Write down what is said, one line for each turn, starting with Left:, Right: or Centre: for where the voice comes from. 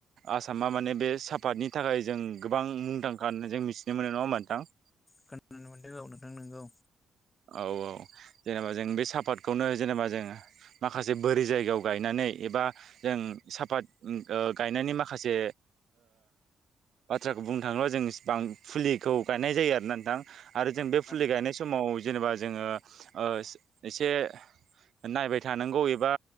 Right: आसामा माने बे सापातनि थाखाय जों। गोबां मुंदांखा होननानै जों मिथिनो मोनो नङा होनबा नोंथां।
Left: खोनानो मोनदों औ नोंथां नोंगौ।
Right: औ औ जेनेबा जों बे सापातखौनो जेनेबा जों माखासे बोरि जायगायाव गायनानै। एबा जों साफात गायनायनि माखासे। बाथ्राखौ बुंनो थाङोब्ला जों फुलिखौ गायनाय जायो आरोना नोंथां। आरो जों
Left: नोंथां
Right: बे फुलि गायनाय समाव जेनेबा जोङो ओ एसे। नायबाय थानांगौ एबा